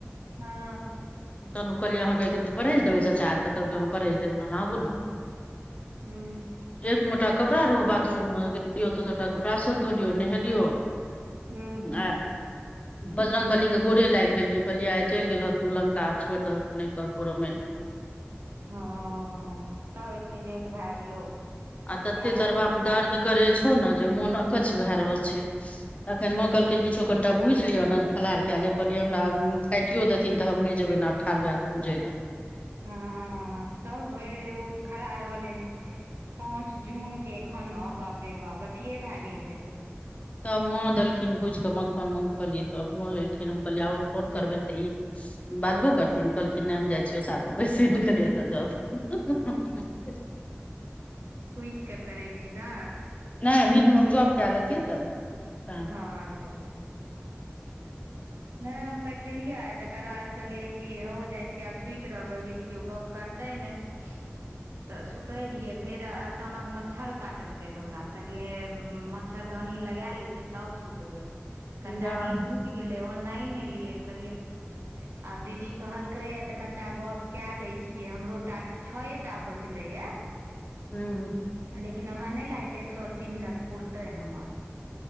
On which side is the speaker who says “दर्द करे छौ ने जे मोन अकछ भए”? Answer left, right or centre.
Left